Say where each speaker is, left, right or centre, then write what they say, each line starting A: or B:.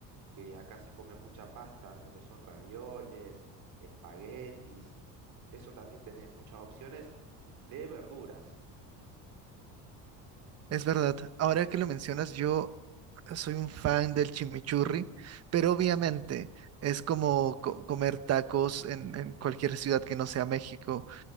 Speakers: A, on the right (about 55°); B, on the right (about 40°).
A: que acá se come mucha pasta, lo que son ravioles, espaguetis. Eso también tenés muchas opciones de verduras.
B: Es verdad. Ahora que lo mencionas, yo soy un fan del chimichurri, pero obviamente es como co- comer tacos en, en cualquier ciudad que no sea México.